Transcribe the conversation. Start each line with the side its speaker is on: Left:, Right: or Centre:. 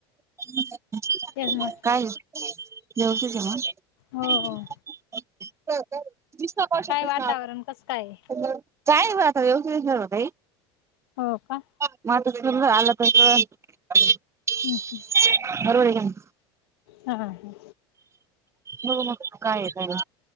Right: <inaudible> <unintelligible>
Left: तेच म्हटलं
Right: वीस ला पावशर
Left: हो हो
Right: तीस ला अर्धा
Left: काय वातावरण कसं
Right: पंधरा
Left: काय आहे?
Right: काय <unintelligible>
Left: हो का
Right: <unintelligible>
Left: हं हम्
Right: <unintelligible>
Left: हा हा हं
Right: हो हो काय आहे बघा